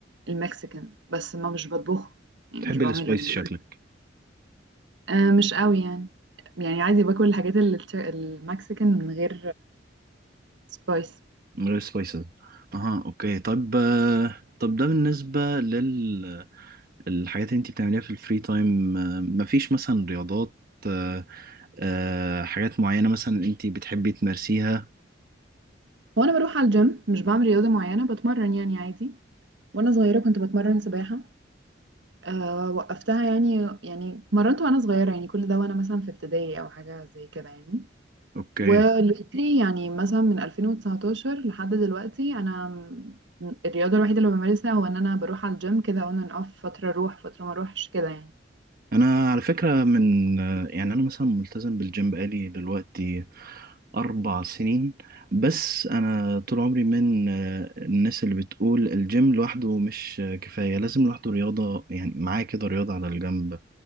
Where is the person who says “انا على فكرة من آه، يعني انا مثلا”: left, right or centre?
Right